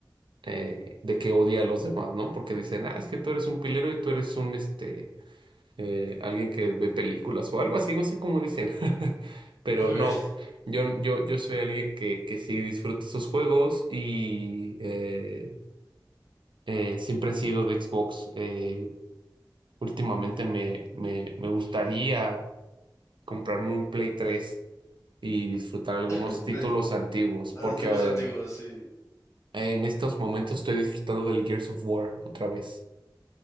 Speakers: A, on the right; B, on the left.
A: eh, de que odia a los demás, ¿no? Porque dicen, ah, es que tú eres un pilero y tú eres un, este, eh, alguien que ve películas o algo así, no sé cómo dicen, <laughs> pero
B: Okay.
A: no, yo, yo, yo soy alguien que, que sí disfruta sus juegos y eh, eh, siempre he sido de Xbox. eh, últimamente me, me, me gustaría comprarme un Play tres y disfrutar algunos
B: <laughs>
A: títulos
B: Play 3.
A: antiguos, porque...
B: Ahora tú los antiguos, sí.
A: eh, en estos momentos estoy disfrutando del Gears of War otra vez.